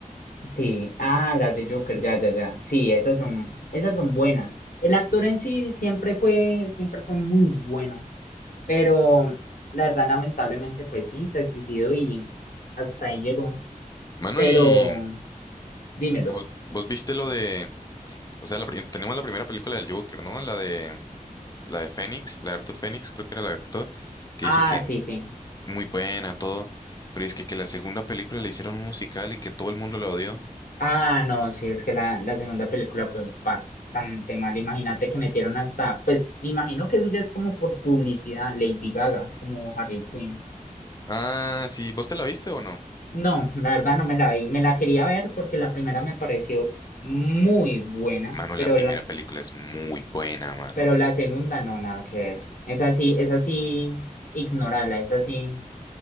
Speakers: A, on the left; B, on the left.
A: Sí, ah, las de Joker, ya, ya, ya. Sí, esas son, esas son buenas. El actor en sí siempre fue, siempre fue muy bueno. Pero la verdad, lamentablemente, pues sí, se suicidó y hasta ahí llegó.
B: Manu,
A: Pero
B: y
A: dímelo.
B: vos, vos viste lo de, o sea, la pri- tenemos la primera película del Joker, ¿no? La de, la de Fénix, la de Arthur Fénix, creo que era el actor, que
A: Ah,
B: dicen que
A: sí, sí.
B: muy buena, todo, pero es que, que la segunda película le hicieron un musical y que todo el mundo la odió.
A: Ah, no, sí, es que la, la segunda película fue bastante mal. Imagínate que metieron hasta, pues me imagino que eso ya es como por publicidad, Lady Gaga, como Harley Quinn.
B: Ah, sí, ¿vos te la viste o no?
A: No, la verdad no me la vi. Me la quería ver porque la primera me pareció muy buena,
B: Manu,
A: pero
B: la primera
A: la,
B: película es muy buena, mano.
A: pero la segunda no, nada que ver. Es así, es así, ignorarla, es así.